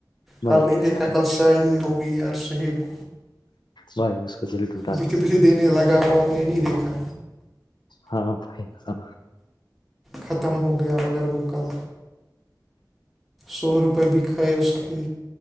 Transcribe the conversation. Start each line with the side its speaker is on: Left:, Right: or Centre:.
Left: بھائی
Centre: کل نہیں
Left: ایک
Centre: دیکھا
Left: شاعری
Centre: کل شاعری ہوگئی یار سہیب
Left: بھائی اس کو دل ٹوٹا گا
Centre: بھے بھے دینے لگا وہ آپ نے نہیں دیکھا
Left: ہاں بھائی ہاں
Centre: ختم ہو گیا مگر وہ کل سورپے بھی کائے اس کے